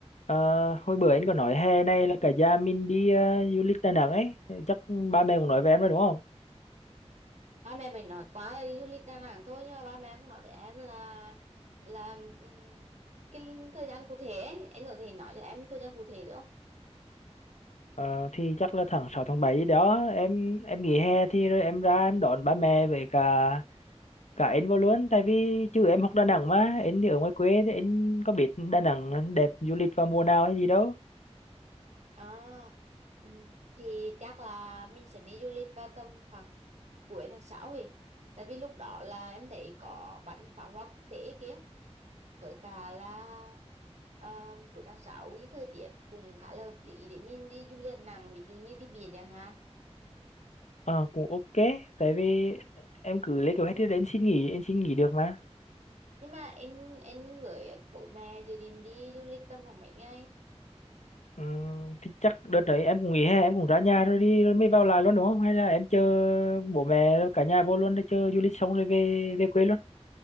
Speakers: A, on the left (about 85°); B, on the right (about 80°).
A: Ờ, hồi bữa anh có nói hè này là cả gia mình đi ờ, du lịch Đà Nẵng ấy chắc ba mẹ cũng nói với em rồi đúng không
B: ba mẹ mình nói quá là đi du lịch Đà Nẵng thôi nhưng mà ba mẹ cũng nói với em là là ừm, cái thời gian cụ thể ấy, anh có thể nói cho em cái thời gian cụ thể được không?
A: Ờ, thì chắc là tháng 6 tháng 7 đó em em nghỉ hè thì rồi em ra em đón ba mẹ với cả cả anh vô luôn tại vì chứ em học Đà Nẵng mà anh thì ở ngoài quê thì anh có biết Đà Nẵng đẹp du lịch vào mùa nào hay gì đâu
B: À, ừm, thì chắc là mình sẽ đi du lịch vào tầm khoảng cuối tháng sáu thì tại vì lúc đó là em thấy có bắn pháo hoa quốc tế kia với cả là ờ, cuối tháng 6 cái thời tiết cũng khá là hợp lý để mình đi du lịch Đà Nẵng ví dụ như đi biển chẳng hạn
A: Ờ, cũng ok tại vì em cứ lấy kế hoạch thì đến xin nghỉ em xin nghỉ được mà
B: nhưng mà em em với bố mẹ dự định đi du lịch tầm khoảng mấy ngày
A: Ừ, thì chắc đợt đấy em cũng nghỉ hè em cũng ra nhà rồi đi rồi mới vào lại luôn đúng không hay là em chờ bố mẹ cả nhà vô luôn để chờ du lịch xong rồi về về quê luôn